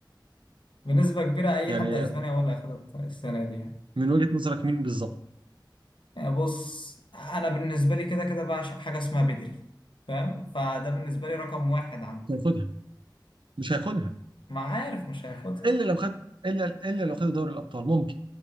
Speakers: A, on the left (about 80°); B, on the right (about 85°).
A: بنسبه كبيره اي
B: يعني
A: حد اسباني هو اللي هياخدها السنه دي يعني
B: من وجهه نظرك مين بالظبط
A: يعني بص انا بالنسبه لي كده كده بعشق حاجه اسمها بدري فاهم فده بالنسبه لي رقم واحد عندي
B: مش هياخدها مش هياخدها
A: ما عارف مش هياخدها
B: الا لو خد الا الا لو خد دوري الابطال ممكن